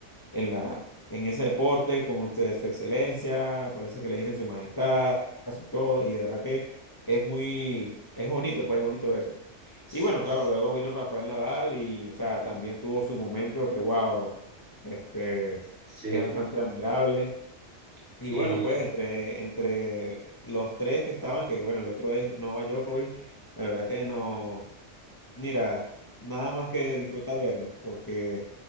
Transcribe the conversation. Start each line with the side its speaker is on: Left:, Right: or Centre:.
Left: en la, en ese deporte, como usted, su excelencia, por eso que le dicen su majestad, su todo, y de verdad que es muy, es bonito, pues es bonito eso.
Right: s-
Left: Y bueno, claro, luego vino Rafael Nadal y, o sea, también tuvo su momento que, wow, este,
Right: sí,
Left: es bastante admirable. Y
Right: y
Left: bueno, pues entre, entre los tres que estaban, que bueno, el otro es Novak Djokovic, la verdad que nos, Mira, nada más que disfrutar verlos, porque